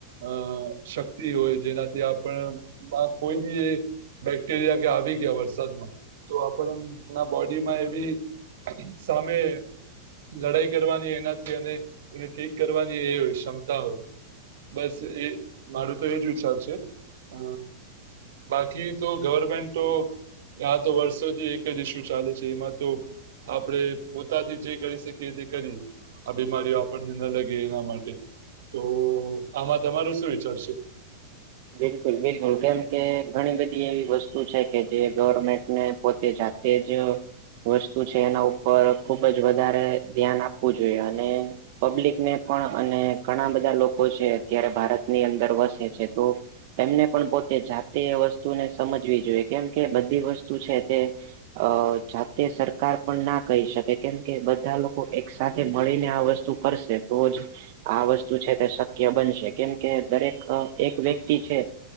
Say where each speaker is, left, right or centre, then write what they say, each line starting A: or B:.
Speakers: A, on the right (about 60°); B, on the right (about 40°).
A: અ શક્તિ હોય જેનાથી આપણમાં કોઈ બી એ બેક્ટેરિયા કે આવી ગયા વરસાદમાં તો આપડમાં બોડીમાં એવી સામે લડાઈ કરવાની એનાથી અને એને ઠીક કરવાની એ ક્ષમતા હોય બસ એ મારું તો એજ વિચાર છે અ બાકી તો ગવર્મેન્ટ તો આ તો વર્ષોથી એક જ ઇસ્યુ ચાલે છે એમાં તો આપણે પોતાથી જે કરી શકીએ તે કરીએ આ બીમારીઓ આપણને ન લગે એના માટે તો આમાં તમારું શું વિચારશે
B: બિલકુલ બિલકુલ કેમ કે ઘણી બધી એવી વસ્તુ છે કે જે ગવર્મેન્ટને પોતે જાતે જ વસ્તુ છે એના ઉપર ખુબ જ વધારે ધ્યાન આપવું જોઈએ અને પબ્લિકને પણ અને ઘણા બધા લોકો છે અત્યારે ભારતની અંદર વસે છે. તો તેમને પણ પોતે જાતે એ વસ્તુને સમજવી જોઈએ કેમ કે બધી વસ્તુ છે તે અ જાતે સરકાર પણ ના કહી શકે કેમ કે બધા લોકો એક સાથે મળીને આ વસ્તુ કરશે તો જ આ વસ્તુ છે તે શક્ય બનશે કેમ કે દરેક એક વ્યક્તિ છે